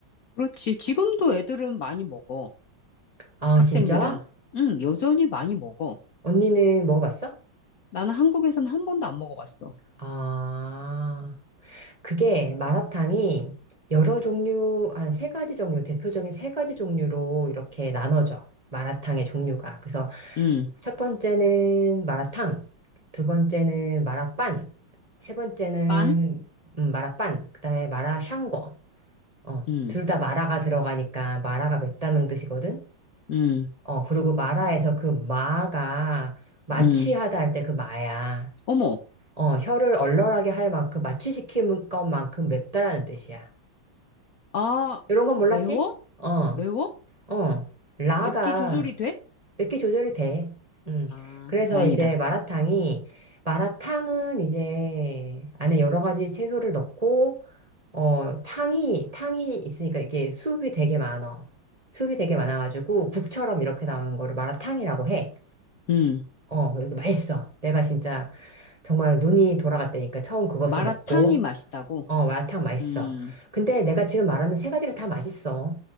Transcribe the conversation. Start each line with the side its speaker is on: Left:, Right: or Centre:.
Left: 그렇지. 지금도 애들은 많이 먹어.
Right: 아,
Left: 학생들은.
Right: 진짜?
Left: 음, 여전히 많이 먹어.
Right: 언니는 먹어봤어?
Left: 나는 한국에서는 한 번도 안 먹어봤어.
Right: 아, 그게 마라탕이 여러 종류, 한 세 가지 종류, 대표적인 세 가지 종류로 이렇게 나눠져. 마라탕의 종류가. 그래서
Left: 음,
Right: 첫 번째는 마라탕, 두 번째는 마라빵, 세 번째는
Left: 빤?
Right: 음, 마라빵, 그다음에 마라샹궈. 어,
Left: 음.
Right: 둘 다 마라가 들어가니까 마라가 맵다는 뜻이거든.
Left: 음.
Right: 어, 그리고 마라에서 그 마가 마취하다
Left: 음.
Right: 할 때 그 마야.
Left: 어머,
Right: 어, 혀를 얼얼하게 할 만큼 마취시키는 것만큼 맵다라는 뜻이야.
Left: 아,
Right: 이런 건 몰랐지?
Left: 매워?
Right: 어,
Left: 매워?
Right: 어. 라가
Left: 맵기 조절이 돼?
Right: 몇 개 조절이 돼. 음.
Left: 아,
Right: 그래서
Left: 그럼 다행이다.
Right: 이제 마라탕이, 마라탕은 이제 안에 여러 가지 채소를 넣고, 어, 탕이, 탕이 있으니까 이게 수분이 되게 많아. 수분이 되게 많아가지고 국처럼 이렇게 나오는 거를 마라탕이라고 해.
Left: 음.
Right: 어, 그래서 맛있어. 내가 진짜 정말 눈이 돌아갔다니까 처음 그것을
Left: 마라탕이
Right: 먹고,
Left: 맛있다고?
Right: 어, 마라탕 맛있어.
Left: 음,
Right: 근데 내가 지금 말하는 세 가지가 다 맛있어.